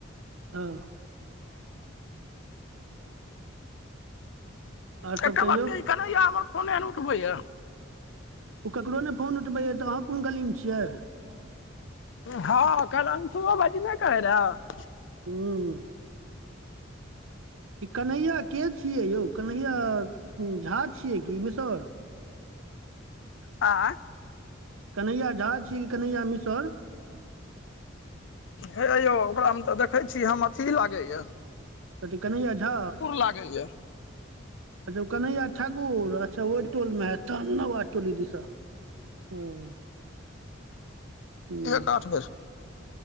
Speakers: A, on the right; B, on the left.
A: हँ। आओर सब
B: एकटा
A: कहियौ
B: बात कही कन्हैया हमर फोन नै उठबैये।
A: ओ ककरो नहि फोन उठबैय तऽ अहाँ कोन गलीमे छियै।
B: हँ काल्हि अंशुओ भाइजी नहि कहै रहे।
A: हूँ। ई कन्हैया के छियै यौ, कन्हैया झा छियै कि मिसर?
B: आँ।
A: कन्हैया झा छीयै कि कन्हैया मिसर?
B: हे यौ ओकरामे तऽ देखै छी हम अथि लागैए।
A: कथी कन्हैया झा
B: लागैया
A: अच्छा कन्हैया ठाकुर अच्छा ओहि टोलमे हैत नौआ टोली दिस सं। हुं।
B: एक आठ बेर